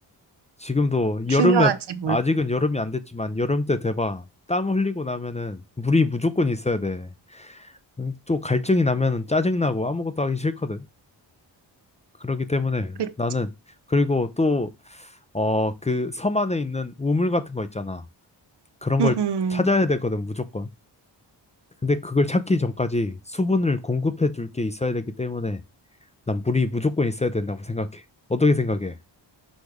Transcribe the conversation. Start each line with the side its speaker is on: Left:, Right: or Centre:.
Left: 지금도
Right: 중요하지,
Left: 여름에,
Right: 물.
Left: 아직은 여름이 안 됐지만 여름 때 돼봐. 땀 흘리고 나면은 물이 무조건 있어야 돼. 음, 또 갈증이 나면은 짜증나고 아무것도 하기 싫거든. 그렇기 때문에
Right: 그-
Left: 나는, 그리고 또, 어, 그 섬 안에 있는 우물 같은 거 있잖아. 그런
Right: 음,
Left: 걸 찾아야
Right: 음.
Left: 되거든, 무조건. 근데 그걸 찾기 전까지 수분을 공급해 줄 게 있어야 되기 때문에 난 물이 무조건 있어야 된다고 생각해. 어떻게 생각해?